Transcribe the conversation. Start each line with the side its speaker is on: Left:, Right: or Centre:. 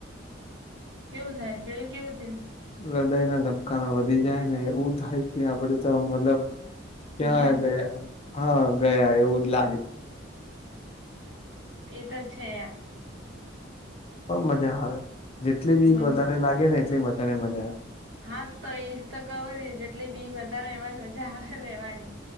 Right: કેવું થાય ફિલ કેવું થયું
Left: હૃદય ના ધબકાના વધી જાય ને એવું થાય કે આપડે તો મતલબ ક્યાં
Right: ગયા
Left: બે હા ગયા એવું જ લાગે
Right: એ તો છે
Left: પણ મજા આવે જેટલી બી
Right: મન
Left: વધારે લાગે ને એટલી મારે મજા આવે
Right: હા તો એઈજ તો કહું જેટલી બીક વધારે એમાં જ મજા આવે રેવાની